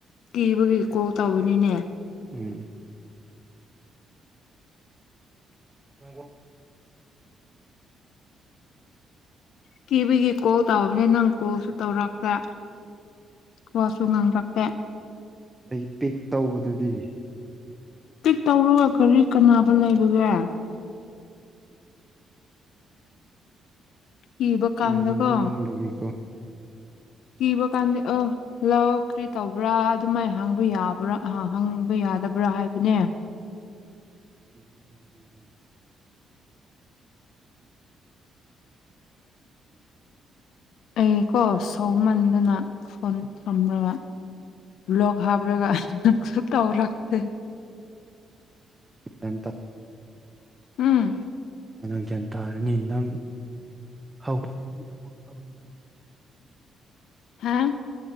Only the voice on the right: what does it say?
ꯎꯝ ꯀ
ꯑꯩ ꯄꯤꯛ ꯇꯧꯕꯗꯨꯗꯤ
ꯇꯕꯒꯀꯣ
ꯎ
ꯑꯗꯇ
ꯃꯥꯅ ꯒ꯭ꯌꯥꯟ ꯇꯥꯔꯅꯤ ꯅꯪ ꯍꯧꯈ꯭ꯔꯒꯗꯤ ꯑꯃ ꯇꯧꯔꯅꯤ